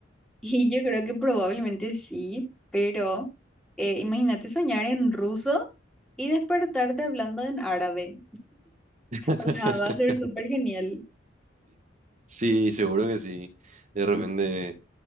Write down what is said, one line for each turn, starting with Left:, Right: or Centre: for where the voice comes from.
Centre: Y yo creo que probablemente sí, pero eh, imagínate soñar en ruso y despertarte hablando en árabe.
Right: <laughs>
Centre: O sea, va a ser súper genial.
Right: Sí, seguro que sí. De repente